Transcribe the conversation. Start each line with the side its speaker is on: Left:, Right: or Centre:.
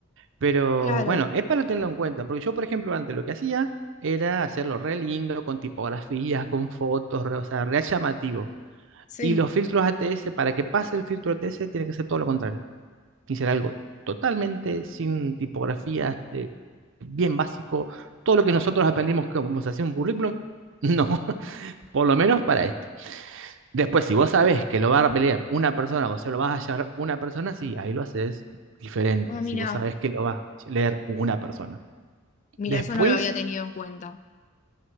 Right: Pero
Left: Claro,
Right: bueno, es para tenerlo en cuenta, porque yo, por ejemplo, antes lo que hacía era hacerlo re lindo, con tipografías, con fotos, re- o sea, re llamativo.
Left: Sí.
Right: Y los filtros ATS, para que pase el filtro ATS, tiene que ser todo lo contrario. Y ser algo totalmente sin tipografías, eh, bien básico. Todo lo que nosotros aprendimos como se hacía un currículum, <laughs> no, por lo menos para esto. Después, si vos sabés que lo va a leer una persona, vos se lo vas a llevar una persona, sí, ahí lo haces diferente.
Left: Ah, mira.
Right: Si vos sabés que lo va a leer una persona.
Left: Mira,
Right: Después,
Left: eso no lo había tenido en cuenta.